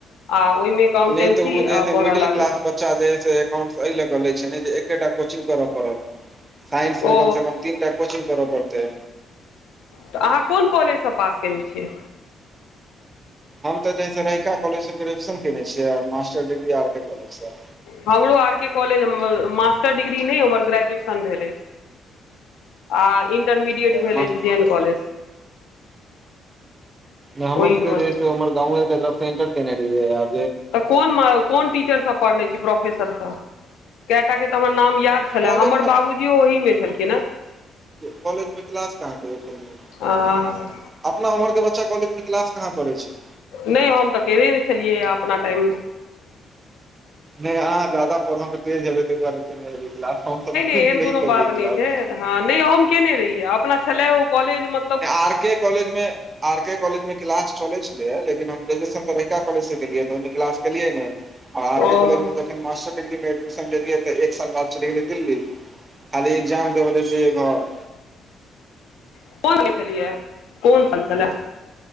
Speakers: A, on the left (about 85°); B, on the right (about 25°).
A: आ ओहिमे एकाउंटेंसी
B: नहि तऽ ओ जैसे
A: बढ़य
B: मिडिल
A: लागै
B: क्लास बच्चा बच्चा जे एकाउंट्स एहि लऽ ले छै ने जे एकेटा कोचिंग करऽ पड़ल साइंस
A: ओ
B: में कम से कम तीन टा कोचिंग करय पड़ते
A: तऽ अहाँ कोन कॉलेजसँ पास कयने छियै
B: हम तऽ ज रहिका कॉलेज से ग्रेुएशन केने छियै मास्टर डिग्री आर के कॉलेजसँ
A: हमरो आर के कॉलेजमे मास्टर डिग्री नहि हमर ग्रेजुएशन भेल अछि आ इंटरमीडिएट
B: आओर
A: भेलै
B: मास्टर
A: छै ड एन कॉलेज
B: हमर
A: ओहिठमा
B: सबके जे
A: छलै
B: से हमर गाँंव के तरफ से इंटर केने रहियै आर
A: तऽ कोन कोन टीचरसभ पढ़ने छी प्रोफेसर से कएटा के तऽ हमर नाम याद छलए
B: कॉलेजमे
A: हमर बाबूजी यो ओहिमे छलखिन
B: कॉलजं क्लास कहाँ कहियो केलिए
A: आँ
B: अपना उम्हर के बच्चा कॉलेज मे क्लास कहाँ करै छै
A: नहि हम तऽ केेने छलियै अपना टाइम
B: नहि अहा ज्यादा पढ़य तेज हेबै त क्लास हमस नहि
A: एहन कोनो बात
B: करियै
A: नहि
B: क्लास
A: छै हँ नहि हम केने रहियै अपना छलै ओ कॉलेजमे
B: आर के कॉलेज मे आर के कॉलेज मे क्लास चले छलै यै लेकिन हम ग्रेजुएशन त रहिका कॉलेज से केने रहिये त ओहिमे क्लास केलिए नहि
A: ओ
B: तखन मास्टर डिग्री मे एडमिशन लेलियै तऽ एक साल बाद चलि गेलै दिल्ली खाली ए्जाम देब लेल जेयय घर
A: ह <inaudible> कोन साल चलिय है कोन साल छलाह